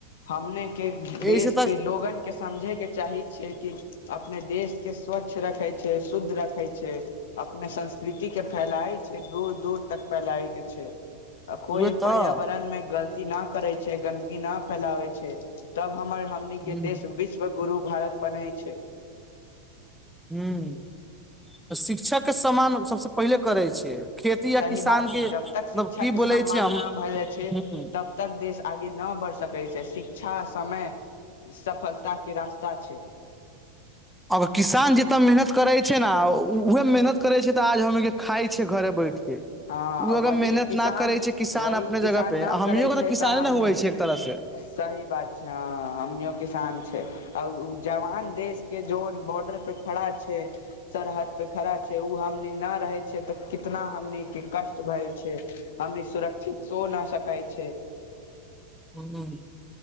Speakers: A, on the left; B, in the centre.
A: हमने के
B: एहि
A: देश
B: से तऽ
A: के लोगन के समझे के चाही छियै कि अपने देश के स्वच्छ रखे छै शुद्ध रखे छै अपने संस्कृति के फैलाय दूर दूर तक फैलाय के छै कोई
B: उहे
A: पर्यावरण
B: तऽ
A: में गलती न करै छै गन्दगी न फैलावै छै तब हमर हमनी
B: ह
A: के देश विश्व गुरु भारत बनै छै
B: ह त शिक्षक के समान सबस पहिले करै छै खेती य
A: सही
B: किसान
A: बात छै
B: के मतलब
A: जब तक शिक्षा
B: की
A: के सम्मान
B: बोलै छै हम
A: न भए जाइ छै
B: ह
A: तब तक देश आगे नहि बढ़ि सकै छै शिक्षा समय सफलता के रास्ता छै
B: अगर किसान जतय मेहनत करै छै ने उहे मेहनत करै छै तऽ आज हम खाइ छियै घरे बैठ ओ
A: हँ
B: अगर
A: वही
B: मेहनत
A: किसान
B: न करै छै किसान
A: वही
B: अपने
A: किसान
B: जगह पे
A: न
B: हमरो
A: करै
B: के
A: छै
B: तऽ किसाने
A: हमनी
B: ने हवै छै एक तरह से
A: सही बात छै हँ हमनियो किसान छै जवान देश के जो पे खड़ा छै सरहद पे खड़ा छै ओ हमनी न रहे छै तऽ कितना हमनी के कष्ट भए छै हमनी सुरक्षित सो नहि सकै छै
B: ह